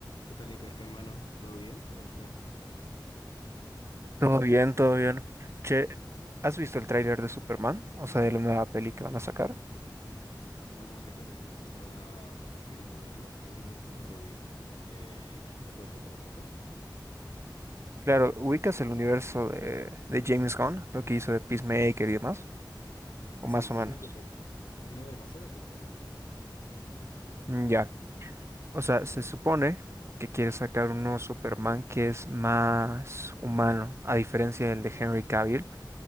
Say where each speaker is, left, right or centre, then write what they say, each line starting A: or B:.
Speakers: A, on the left; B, on the right.
A: ¿Qué tal, Nico, hermano? ¿Todo bien? ¿Cómo estás?
B: Todo bien, todo bien. Che, ¿has visto el tráiler de Superman? O sea, de la nueva peli que van a sacar.
A: No, te cuento que justo estaba queriendo verlo, aún no lo vi. Eh, ¿me puedes contar un poco?
B: Claro, ubicas el universo de, de James Gunn, lo que hizo de Peacemaker y demás, o
A: Sí,
B: más
A: sí,
B: o
A: sí,
B: menos.
A: ubico un poco. No demasiado, pero sí ubico un poco.
B: Mm, Ya. O sea, se supone que quiere sacar un nuevo Superman que es más humano, a diferencia del de Henry Cavill.